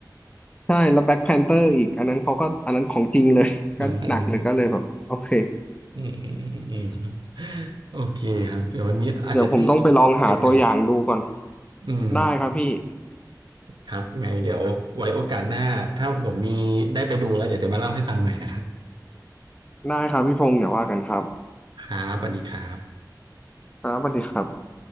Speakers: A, on the left; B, on the right.
A: ใช่แล้วแบ็คแพนเตอร์อีกอันนั้นเขาก็อันนั้นของจริงเลย <laughs>
B: อ่าอันนั้น
A: ก็หนักเลยก็เลยแบบโอเค
B: อืมอืมอืมอืมโอเคครับเดี๋ยววันนี้อาจจะต้องขอไปก่อน
A: เดี๋ยวผมต้องไปลองหาตัวอย่างดูก่อน
B: อืม
A: ได้ครับพี่
B: ครับไงเดี๋ยวไว้โอกาสหน้าถ้าผมมีได้ไปดูแล้วเดี๋ยวจะมาเล่าให้ฟังใหม่นะครับ
A: ได้ครับพี่พงษ์เดี๋ยวว่ากันครับ
B: ครับสวัสดีครับ
A: ครับสวัสดีครับ